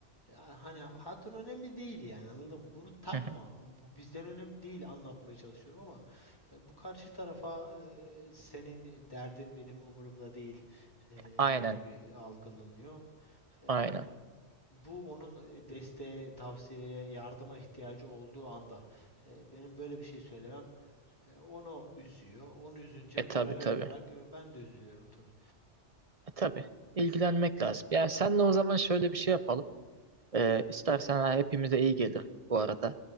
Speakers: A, on the left; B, on the right.
A: ya hani hatun önemli değil yani anladın mı? Bunu takma.
B: <laughs>
A: Bu bizden önemli değil anlatmaya çalışıyorum ama e, bu karşı tarafa e, senin derdin benim umurumda değil e,
B: Aynen,
A: gibi algılanıyor. E,
B: aynen.
A: bu onun e, desteğe, tavsiyeye, yardıma ihtiyacı olduğu anda e, benim böyle bir şey söylemem e, onu üzüyor. Onu üzünce
B: E
A: paralel
B: tabi tabi.
A: olarak e, ben de üzülüyorum tabii.
B: E tabi. İlgilenmek lazım. Yani senle o zaman şöyle bir şey yapalım. Ee, istersen ha, hepimize iyi gelir bu arada.